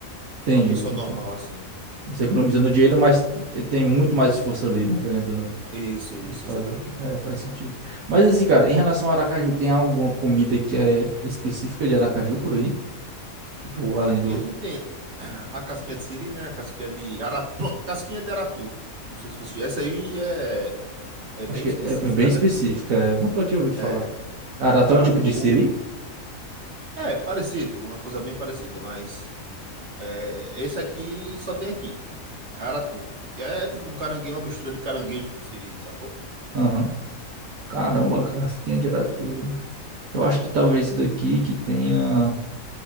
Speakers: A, on the right; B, on the right.
A: Entendi,
B: Pra uma pessoa
A: entendi.
B: normal assim.
A: Você economizando dinheiro, mas tem muito mais esforço ali, né? Querendo ou não,
B: Isso, isso,
A: de fazer.
B: exatamente.
A: É, faz sentido. Mas assim, cara, em relação ao Aracaju, tem alguma comida que é específica de Aracaju por aí? Tipo, além
B: Aqui
A: do.
B: a gente tem a casquinha de siri, né? A casquinha de aratu, casquinha de aratu. Não sei se você. Essa aí é é
A: Acho
B: bem
A: que
B: específica
A: é é bem específica.
B: daqui.
A: é, Nunca eu tinha ouvido
B: É,
A: falar. Aratá
B: Aratu
A: é um tipo de siri?
B: é parecido, uma coisa bem parecida, mas é, esse aqui só tem aqui, Aratu, que é tipo um caranguejo, uma mistura de caranguejo com siri, sacou?
A: Aham. Caramba, casquinha de aratu. Eu acho que talvez daqui que tenha.